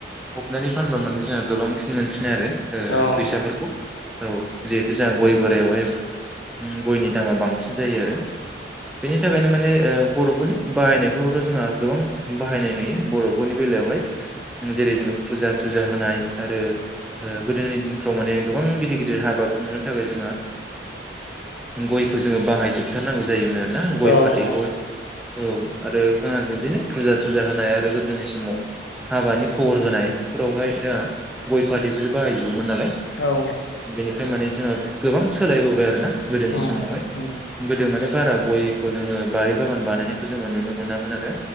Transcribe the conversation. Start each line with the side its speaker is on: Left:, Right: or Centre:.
Centre: फबनानै फानबा माने जोंहा गोबांसिन मोनसिनो आरो। ओ
Left: औ
Centre: फैसाफोरखौ। औ जिहेथु जोंहा गय बो बेवहाय हम गयनि दामा बांसिन जायो आरो। बेनि थाखायनो माने ओ बर'फोर बाहायनायफोरावथ' जोंहा गोबां बाहायनाय नुयो बर'फोरनि बेलायावहाय ओं जेरै जोङो फुजा थुजा होनाय आरो ओ गोदोनि दिन थ' माने गोबां गिदिर गिदिर हाबा खुंनो थाखाय जोंहा ओम गयखौ जोङो बाहायजोबथारनांगौ जायोमोन आरोना गय
Left: औ
Centre: फाथैखौहाय। औ आरो गाहाज बिदिनो फुजा थुजा होनाय आरो गोदोनि समाव हाबानि खबर होनाय बेफोरावहाय जोंहा गय फाथैखौसो बाहायजोबोमोन नालाय।
Left: औ।
Centre: बेनिफ्राय माने जोङो गोबां सोलायबोबाय आरोना गोदोनि
Left: उम
Centre: समावहाय
Left: उम
Centre: गोदो माने बारा गयखौ जोङो बारि बागान बानायनायखौ जोङो नुनो मोनामोन आरो।